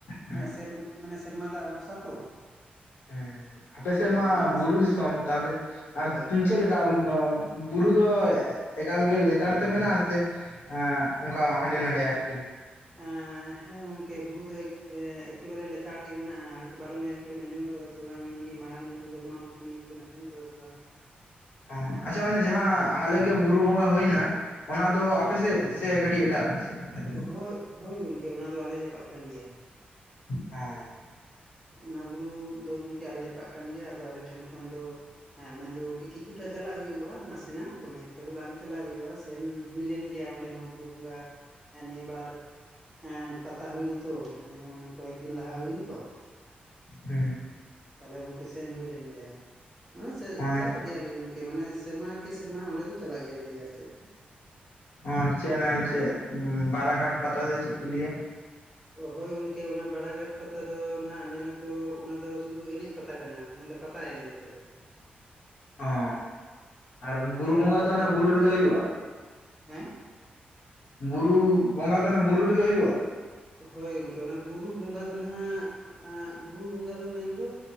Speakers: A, on the left (about 80°); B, in the centre.
A: ᱦᱮᱸ
B: ᱦᱮ ᱥᱮᱨ ᱢᱟᱱᱮ ᱥᱮᱨᱢᱟ ᱫᱟᱜ ᱵᱷᱚᱨᱥᱟ ᱛᱚ <unintelligible>
A: ᱦᱮᱸ ᱟᱯᱮ
B: ᱦᱳᱭ
A: ᱥᱮᱫ ᱢᱟ
B: ᱟᱫᱚ ᱡᱟᱦᱟᱸ
A: ᱵᱩᱨᱩ ᱫᱤᱥᱚᱢ ᱛᱟᱦᱞᱮ ᱟᱨ
B: ᱦᱳᱭ
A: <unintelligible> ᱪᱮᱫ ᱞᱮᱠᱟ ᱵᱩᱨᱩ ᱫᱚ ᱮᱠᱟᱞ ᱜᱮ ᱞᱮᱛᱟᱲ ᱛᱮ ᱢᱮᱱᱟᱜ ᱥᱮ‌? ᱟᱸ ᱚᱱᱠᱟ ᱦᱟᱸᱰᱮ ᱱᱟᱰᱮ ᱟᱨᱠᱤ
B: ᱩᱸᱻ ᱦᱮᱸ ᱜᱚᱝᱠᱮ ᱵᱩᱨᱩ ᱫᱚ ᱮᱠᱮᱵᱟᱨᱮ ᱞᱮᱛᱟᱲ ᱜᱮ ᱢᱮᱱᱟᱜᱼᱟ, ᱦᱚᱭᱛᱳ ᱵᱟᱨᱚ ᱢᱟᱭᱮᱞ ᱠᱚᱵᱮᱱ ᱟᱸᱡᱚᱢ ᱟᱠᱟᱫᱟ ᱥᱮ ᱥᱮ ᱵᱟᱝ ᱱᱤᱭᱟᱹ ᱢᱟᱨᱟᱝ ᱵᱩᱨᱩ ᱫᱚᱞᱢᱟ ᱵᱩᱨᱩ ᱱᱤᱭᱟᱹ ᱠᱚᱵᱮᱱ ᱟᱸᱡᱚᱢ ᱟᱠᱟᱫᱟ ᱥᱮ ᱵᱟᱝ <inaudible>
A: ᱚ
B: ᱮᱸ
A: ᱟᱪᱪᱷᱟ ᱚᱱᱮ ᱡᱟᱦᱟᱸ ᱦᱟᱞᱮᱜᱮ ᱵᱩᱨᱩ ᱵᱚᱸᱜᱟ ᱦᱩᱭᱮᱱᱟ ᱚᱱᱟ ᱫᱚ ᱟᱯᱮ ᱥᱮᱫ <inaudible> ᱥᱮ ᱜᱟᱹᱰᱤ ᱮᱴᱟᱜ ᱥᱮᱫ <inaudible>
B: ᱦᱭ ᱦᱳᱭ ᱜᱚᱢᱠᱮ ᱚᱱᱟ ᱫᱚ ᱟᱞᱮ ᱡᱟᱯᱟᱜ ᱠᱟᱱ ᱜᱮᱭᱟ
A: ᱦᱮᱸ᱾
B: ᱚᱱᱟ ᱵᱩᱨᱩ ᱫᱚ ᱜᱚᱢᱠᱮ ᱟᱞᱮ ᱡᱟᱯᱟᱜ ᱠᱟᱱ ᱜᱮᱭᱟ ᱟᱫᱚ ᱟᱞᱮ ᱴᱷᱮᱱ ᱠᱷᱚᱱ ᱫᱚ ᱦᱮᱸ ᱢᱮᱱᱫᱚ ᱜᱚᱢᱠᱮ ᱠᱤᱪᱷᱩᱴᱟ ᱪᱟᱞᱟᱜ ᱦᱩᱭᱩᱜᱼᱟ ᱱᱟᱥᱮᱱᱟᱜ ᱫᱚᱢᱮ ᱮᱠᱴᱟ ᱫᱚ ᱵᱟᱝ ᱪᱟᱞᱟᱜ ᱦᱩᱭᱩᱜᱼᱟ ᱥᱮᱱ ᱦᱩᱭ ᱞᱮᱱ ᱜᱮᱭᱟ ᱚᱸᱰᱮ ᱦᱚᱸ ᱵᱩᱨᱩ ᱵᱚᱸᱜᱟ ᱱᱤᱭᱟᱹ ᱵᱟᱨ ᱮᱸ ᱯᱟᱛᱟ ᱦᱩᱭ ᱱᱟ ᱛᱚ ᱚᱱᱮ ᱡᱮᱢᱚᱱ ᱠᱚᱭᱮᱠ ᱫᱤᱱ ᱞᱟᱦᱟ ᱦᱩᱭᱱᱟ ᱛᱚ
A: ᱦᱮᱸ
B: ᱛᱟᱦᱚᱞᱮ ᱜᱚᱢᱠᱮ ᱥᱮᱱ ᱦᱩᱭ ᱞᱮᱱ ᱜᱮᱭᱟ ᱢᱟᱱᱮ
A: ᱚᱱᱮ
B: ᱪᱟᱞᱟᱜ ᱜᱮᱭᱟᱞᱮ ᱜᱮ ᱜᱚᱢᱠᱮ ᱮᱠᱮ ᱢᱟᱱᱮ ᱥᱮᱨᱢᱟ ᱠᱮ ᱥᱮᱨᱢᱟ ᱚᱸᱰᱮ ᱫᱚ ᱪᱟᱞᱟᱜ ᱜᱮᱭᱟᱞᱮᱭᱟ ᱟᱨ ᱪᱮᱫ
A: ᱚ ᱟᱪᱪᱷᱟ ᱚᱱᱮ ᱪᱮᱫ ᱵᱟᱨᱟ ᱜᱷᱟᱴ ᱯᱟᱛᱟ ᱥᱮ ᱪᱮᱫ ᱠᱚ ᱞᱟᱹᱭᱟ
B: ᱦᱳᱭ ᱜᱚᱢᱠᱮ ᱚᱱᱟ ᱵᱟᱲᱟᱜᱷᱟᱴ ᱯᱟᱛᱟ ᱫᱚ ᱱᱟᱦᱟᱜ ᱢᱮᱱᱟᱠᱚ ᱚᱱᱟ ᱫᱚ ᱥᱩᱫᱩ ᱮᱱᱮᱡ ᱯᱟᱛᱟ ᱠᱟᱱᱟ ᱢᱮᱱᱫᱚ ᱯᱟᱛᱟᱱᱤᱡ ᱚᱸᱰᱮ ᱫᱚ
A: ᱚ ᱟᱨ
B: ᱜᱚᱝᱠᱮ
A: ᱵᱩᱨᱩ
B: ᱦᱟᱱᱟ
A: ᱵᱚᱸᱜᱟ
B: ᱡᱟᱦᱟᱱᱟᱜ
A: ᱫᱚ ᱚᱱᱟ ᱵᱩᱨᱩ ᱨᱮᱜᱮ
B: ᱫᱮᱡᱚᱜ
A: ᱦᱩᱭᱩᱜᱼᱟ
B: ᱠᱟᱱ ᱦᱮᱸ
A: ᱵᱩᱨᱩ ᱵᱚᱸᱜᱟ ᱫᱚ ᱚᱱᱮ ᱵᱩᱨᱩ ᱨᱮᱜᱮ ᱦᱩᱭᱩᱜᱼᱟ
B: ᱦᱳᱭ ᱜᱚᱢᱠᱮ ᱚᱱᱟ ᱵᱩᱨᱩ ᱵᱚᱸᱜᱟ ᱫᱚ ᱱᱟᱦᱟᱜ ᱵᱩᱨᱩ ᱵᱚᱸᱜᱟ ᱫᱚ ᱢᱮᱱᱫᱚ